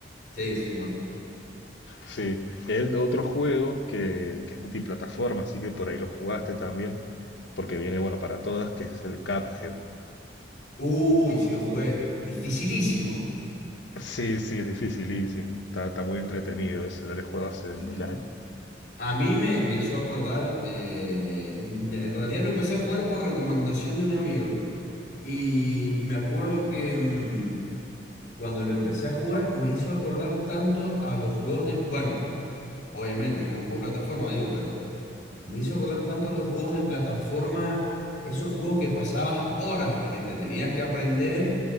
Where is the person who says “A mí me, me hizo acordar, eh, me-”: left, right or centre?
Left